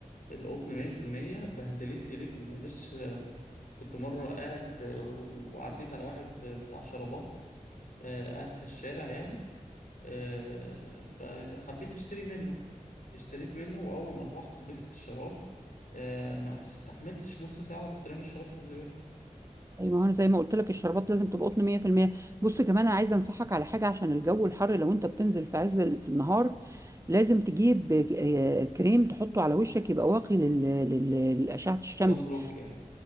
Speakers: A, on the left; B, on the right.
A: القطن 100% بهدلت لي رجلي ما قدرتش كنت مره قاعد وعديت على واحد بتاع شرابات آه، قاعد في الشارع يعني آه، فحبيت اشتري منه اشتريت منه واول ما روحت لبست الشراب آه، ما استحملتش نص ساعه ورحت رامي الشراب في الزباله
B: أي ما هو انا زي ما قلت لك الشربات لازم تبقى قطن 100% بص كمان انا عايزه انصحك على حاجه عشان الجو الحر لو انت بتنزل في عز ال- في النهار لازم تجيب ك- آه، كريم تحطه على وشك يبقى واقي لل- لل- لأشعة الشمس
A: كان بلوك يعني